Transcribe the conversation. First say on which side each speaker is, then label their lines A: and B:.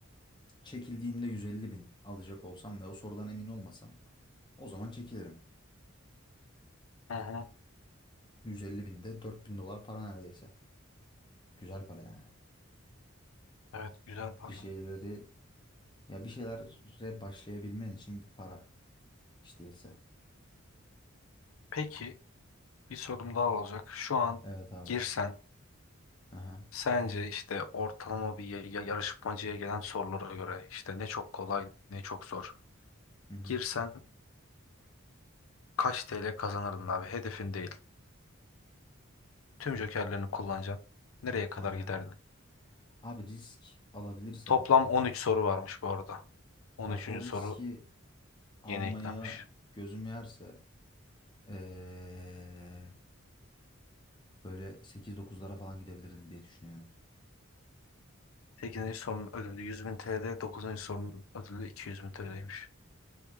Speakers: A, on the left; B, on the left.
A: çekildiğinde 150 bin alacak olsam ve o sorudan emin olmasam o zaman çekilirim.
B: Hı hı.
A: 150 binde 4000 dolar para neredeyse. Güzel para yani.
B: Evet, güzel para.
A: Bir şeyleri ya bir şeylere başlayabilmen için bir para hiç değilse.
B: Peki bir sorum daha olacak. Şu an
A: Evet abi.
B: girsen
A: Aha.
B: sence işte ortalama bir ya- ya- yarışmacıya gelen sorulara göre işte ne çok kolay ne çok zor.
A: Hı hı.
B: Girsen Kaç TL kazanırdın abi? Hedefin değil. Tüm jokerlerini kullanacaksın. Nereye kadar
A: Aha.
B: giderdin?
A: Abi risk alabilirsem
B: Toplam 13 soru varmış bu arada. 13.
A: bak o riski
B: soru
A: almaya
B: yeni eklenmiş.
A: gözüm yerse ee, Böyle 8-9'lara falan gidebilirdim diye düşünüyorum.
B: 8. sorunun ödülü 100 bin TL, 9. sorunun ödülü 200 bin TL'ymiş.